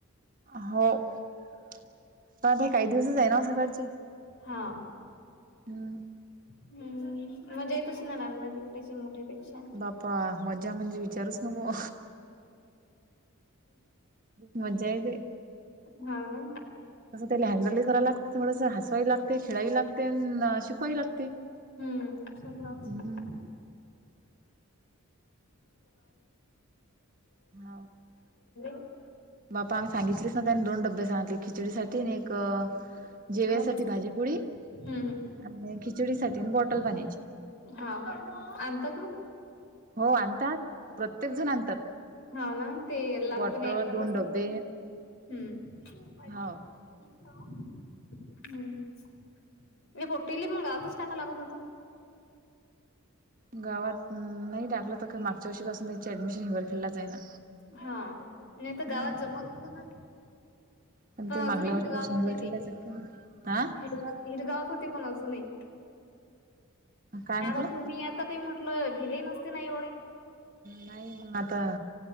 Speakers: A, on the right; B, on the left.
A: हाव, जाऊदे, बाई काही दिवसच आहे ना सकाळची.
B: हां.
A: हम्म.
B: हम् मजा येतशीना लहान लहान लेकराची मोठ्या पेक्षा
A: बाप्पा मज्जा म्हणजे विचारुस नको खूप मज्जा येते.
B: हा ना
A: तसं त्याला हँडलही करायला लागत थोडं हसवावी लागते, खेळावी लागते आणि शिकवावी लागते
B: हम्म सगळं असतं
A: हम्म हा
B: <unintelligible> <unintelligible>
A: बापा आम्ही सांगितलेच ना त्याने दोन डबे सांगितले खिचडीसाठी आणि एक जेव्यासाठी
B: घरचा
A: भाजीपुडी
B: हम्म
A: आणि खिचडी साठी बॉटल बनायची
B: हा आणतात मग
A: हो आणतात प्रत्येक जण आणतात
B: हाव ना ते लहानपणी
A: बॉटल
B: ऐकाततच
A: दोन डब्बे
B: हम्म हम <unintelligible>
A: हाव.
B: मग गावातच कसा लागत होता
A: गावात नाही टाकलं तर मागच्या वर्षीपासून त्यांची ऍडमिशन हिवर खेडलाच आहे ना
B: हा न तर
A: हम्म
B: गावात जमत होत ना
A: पण
B: प
A: ते मागल्या
B: अजून हिटगावात
A: वर्षीपासून
B: होती
A: हिवरखेडलाच
B: ते
A: आहेत का हा
B: हिटगाव हिटगावात होते पण अजूनही
A: काय म्हटलं?
B: आता तुम्ही आता काही म्हटल भिले नसते ना एवढे
A: नाही मग आता